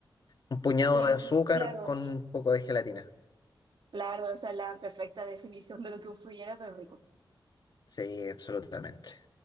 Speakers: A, on the left; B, on the right.
A: un puñado
B: con-
A: de azúcar
B: claro,
A: con un poco de gelatina.
B: claro, esa es la perfecta definición de lo que un frullera, pero rico.
A: Sí, absolutamente.